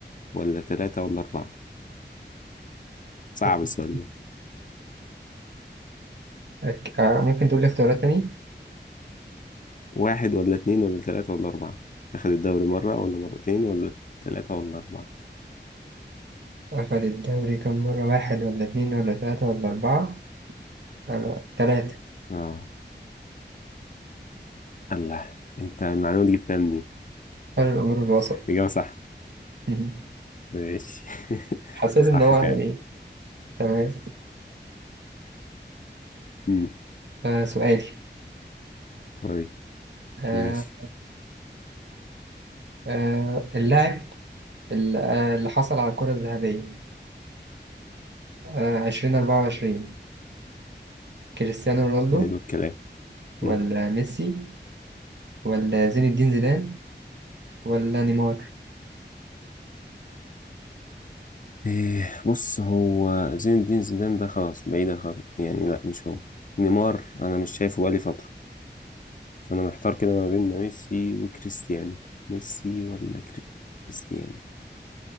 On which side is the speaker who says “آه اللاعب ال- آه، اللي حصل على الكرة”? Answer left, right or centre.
Right